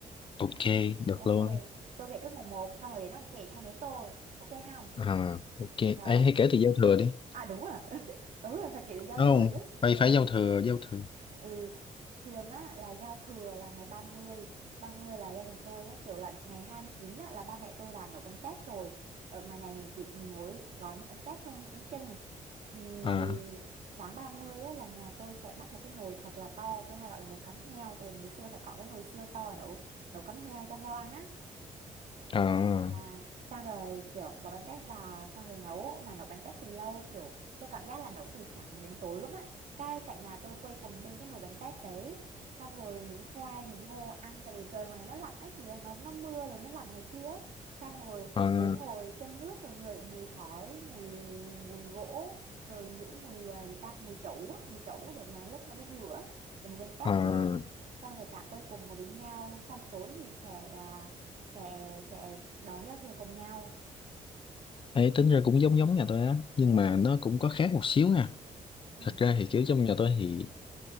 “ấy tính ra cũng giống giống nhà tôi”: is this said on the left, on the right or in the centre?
Left